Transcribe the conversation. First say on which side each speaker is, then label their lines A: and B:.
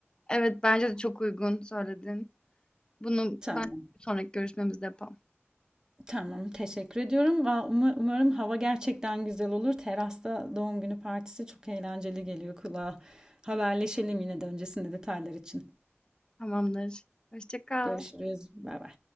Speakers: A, on the left; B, on the right.
A: Evet, bence de çok uygun söyledin. Bunu
B: Tamam.
A: ben sonraki görüşmemizde yapalım.
B: Tamam, teşekkür ediyorum. Va- uma- Umarım hava gerçekten güzel olur. Terasta doğum günü partisi çok eğlenceli geliyor kulağa. Haberleşelim yine de öncesinde detaylar için.
A: Tamamdır. Hoşça kal.
B: Görüşürüz. Bay bay.